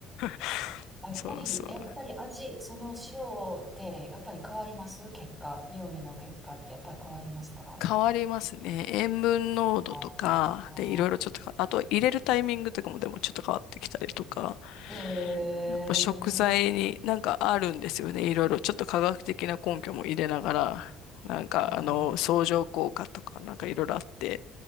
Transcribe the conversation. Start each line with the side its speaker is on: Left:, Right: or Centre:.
Left: <laughs>
Centre: あやっぱり、
Left: そうそう。
Centre: えやっぱり味、その塩で、やっぱり変わります結果、料理の結果ってやっぱり変わりますか
Left: 変わりますね。塩分濃度とか、
Centre: ああ、
Left: で、いろいろちょっとか、あと入れるタイミングとかもでもちょっと変わってきたりとか、
Centre: え
Left: やっぱ食材になんかあるんですよね。
Centre: え
Left: いろいろちょっと科学的な根拠も入れながら、なんかあの、
Centre: うん。
Left: 相乗効果とかなんかいろいろあって、